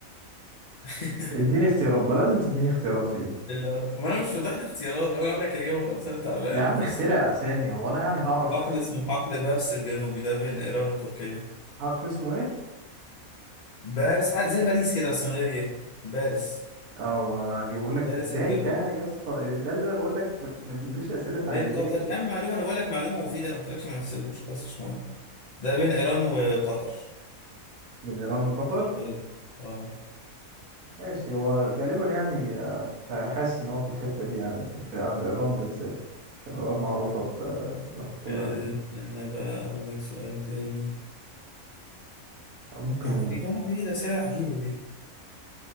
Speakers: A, on the left; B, on the right.
A: <laughs>
B: <laughs> اديني اختيارات بقى لازم تديني اختيارات في دي
A: اللي أعرف- ما انا مش واضح لي اختيارات وانا اقول لك الاجابه خالص انا تعبان
B: يا عم
A: مفيش
B: اخترع اسامي هو انا يعني هعرف
A: حقل اسمه حقل بارس الجنوبي ده بين ايران وتركيا
B: حقل اسمه ايه
A: بارس آه زي باريس كده بس من غير ايه بارس
B: اه اجيبه لك
A: بارس
B: ازاي
A: الجنوبي
B: ده يا اسطى ده اللي انا بقول لك ما ما تجيبليش اسئله تعجيزيه
A: بين قطر يا عم معلومه انا بقول لك معلومه مفيده انا ما قلتلكش ما نحسبوش خالص مش مهم ده بين إيران وقطر
B: بين ايران وقطر
A: الوالد اه
B: ماشي هو غالبا يعني آه، كنت حاسس ان هو في الحتة دي يعني في في- عند ايران بالذات عشان ايران معروفة ب- بحقولها
A: آه،
B: ال-
A: استنى بقى أقول لك سؤال تاني
B: ممكن
A: ما دي كمان في إيه الأسئلة العجيبة دي